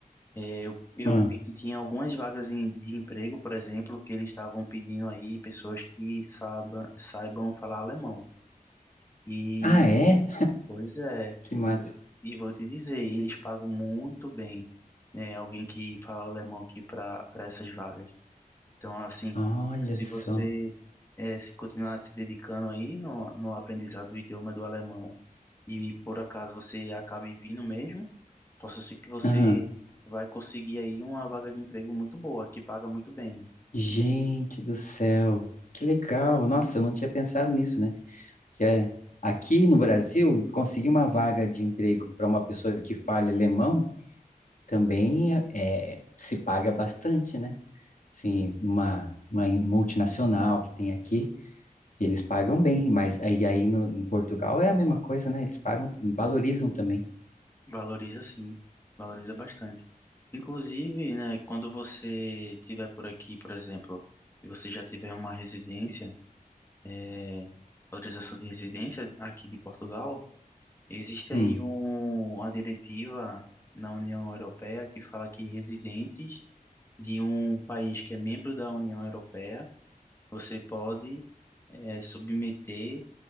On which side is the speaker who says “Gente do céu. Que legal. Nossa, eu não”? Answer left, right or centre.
Left